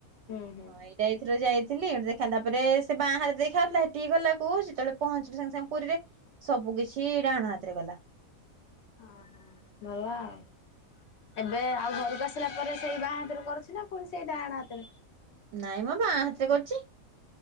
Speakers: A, on the left; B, on the right.
A: ହୁଁ ହୁଁ
B: ହଁ ଏଇଟା ଏଥର ଯାଇ ଥିଲି ଦେଖା ତାପରେ ସେ ବାଁ ହାତରେ ଦେଖାାଉଥିଲା ସେଠିକି ଗଲା କୁ ଯେତେବେଳେ ପହଞ୍ଚିଲୁ ସାଙ୍ଗେ ସାଙ୍ଗେ ପୁରୀରେ ସବୁ କିିଛି ଡାହାଣ ହାତରେ ଗଲା।
A: ଓ ହୋ ଭଲାଉ ଏବେ ଆଉ ଘରକୁ ଆସ୍ ଆସିଲା ପରେ ସେଇ ବାଆଁ ହାତରେ କରୁଛି ନା ପୁଣି ସେଇ ଡାହାଣ ହାତରେ?
B: ନାଇଁ ମ ବାଆଁ ହାତରେ କରୁଚି।